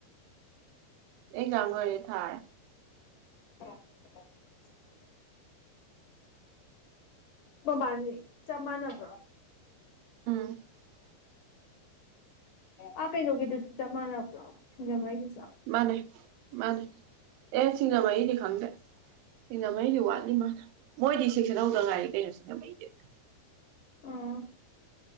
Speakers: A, on the right; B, on the left.
A: ꯑꯦꯛꯖꯦꯝ ꯂꯣꯏꯔꯦ ꯊꯥꯔꯦ
B: <inaudible> ꯃꯕꯥꯟꯅꯤ ꯆꯞ ꯃꯥꯟꯅꯕ꯭ꯔꯣ
A: <inaudible>
B: ꯑꯥ ꯀꯩꯅꯣꯒꯤꯗꯨꯁꯨ ꯆꯞ ꯃꯥꯟꯅꯕ꯭ꯔꯣ ꯁꯤꯡꯖꯃꯩꯗꯨ
A: ꯃꯥꯅꯦ ꯃꯥꯅꯦ ꯑꯦ ꯁꯤꯡꯖꯃꯩꯗꯤ ꯈꯪꯗꯦ ꯁꯤꯡꯖꯃꯩꯗꯤ ꯋꯥꯠꯅꯤ ꯃꯥ ꯃꯣꯏꯗꯤ ꯁꯦꯛꯁꯟ ꯍꯧꯗ ꯉꯥꯏꯔꯤ <unintelligible>
B: ꯎꯝ